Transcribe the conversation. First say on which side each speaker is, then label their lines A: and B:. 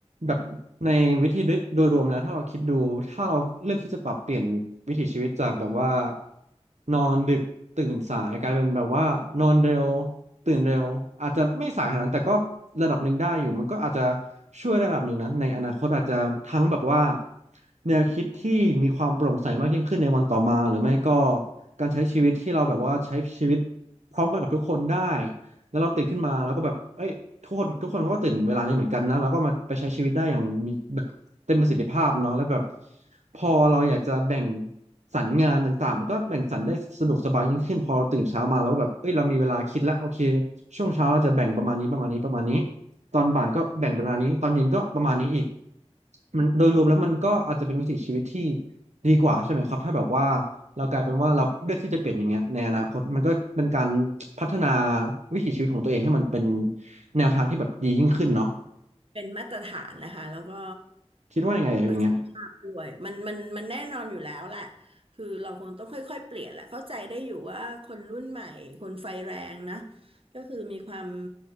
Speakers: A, on the right; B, on the right.
A: แบบในวิธีโดยโดยรวมแล้วถ้าเราคิดดูถ้าเราเลือกที่จะปรับเปลี่ยนวิถีชีวิตจากแบบว่านอนดึกตื่นสายกลายเป็นแบบว่านอนเร็วตื่นเร็วอาจจะไม่สายขนาดนั้นแต่ก็ระดับหนึ่งได้อยู่มันก็อาจจะช่วยระดับหนึ่งนะในอนาคตอาจจะทั้งแบบว่าแนวคิดที่มีความโปร่งใสมากยิ่งขึ้นในวันต่อมาหรือไม่ก็การใช้ชีวิตที่เราแบบว่าใช้ชีวิตพร้อมกันกับทุกคนได้แล้วเราตื่นขึ้นมาแล้วก็แบบเอ้ย ทุกคนทุกคนเขาก็ตื่นเวลานี้เหมือนกันนะแล้วก็มาไปใช้ชีวิตได้อย่างมีแบบเต็มประสิทธิภาพเนาะแล้วแบบพอเราอยากจะแบ่งสรรงานต่างๆมันก็แบ่งสรรได้สะดวกสบายยิ่งขึ้นพอเราตื่นเช้ามาแล้วแบบเอ้ยเรามีเวลาคิดแล้วโอเคช่วงเช้าเราจะแบ่งประมาณนี้ประมาณนี้ประมาณนี้ตอนบ่ายก็แบ่งประมาณนี้ตอนเย็นก็ประมาณนี้อีกมันโดยรวมแล้วมันก็อาจจะเป็นวิถีชีวิตที่ดีกว่าใช่ไหมครับถ้าแบบว่า เรากลายเป็นว่าเราเลือกที่จะเปลี่ยนอย่างเงี้ยในอนาคตมันก็เป็นการพัฒนาวิถีชีวิตของตัวเองให้มันเป็นแนวทางที่แบบดียิ่งขึ้นเนาะ
B: เป็นมาตรฐานนะคะแล้วก็
A: คิดว่ายังไงอย่างเงี้ย
B: ประสิทธิภาพด้วยมันมันมันแน่นอนอยู่แล้วแหละคือเราคงต้องค่อยๆเปลี่ยนแหละเข้าใจได้อยู่ว่าคนรุ่นใหม่คนไฟแรงนะก็คือมีความ